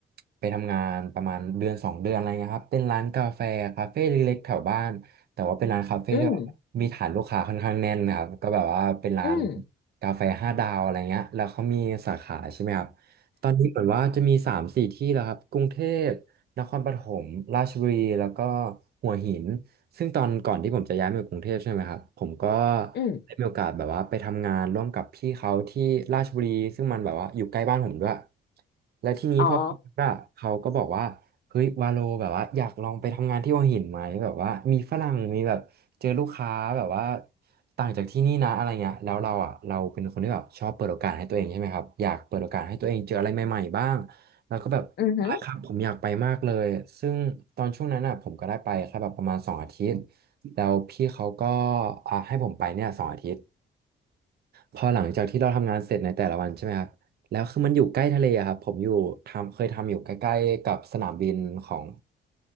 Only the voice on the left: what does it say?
อืมอืม
อืม
อ๋อ
อือหือ